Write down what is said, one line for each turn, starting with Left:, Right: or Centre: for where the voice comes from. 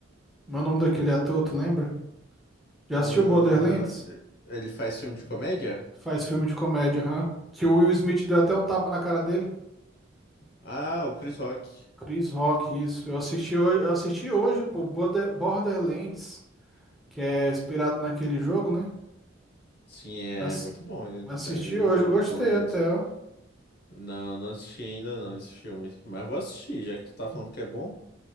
Centre: Meu nome daquele ator, tu lembra? Já
Left: Ah,
Centre: assistiu Borderlands?
Left: ele faz filme de comédia?
Centre: Faz filme de comédia, hã? Que o Will Smith deu até um tapa na cara dele.
Left: Ah, o Chris Rock.
Centre: Chris Rock, isso. Eu assisti hoje, eu assisti hoje, pô, Border- Borderlands, que é inspirado naquele jogo, né?
Left: Sim, é
Centre: Ass-
Left: muito bom. É,
Centre: assisti
Left: é o
Centre: hoje,
Left: jogo,
Centre: eu gostei
Left: pelo menos.
Centre: até, ó.
Left: Não, não assisti ainda não esse filme. Mas vou assistir, já que tu tá falando que é bom.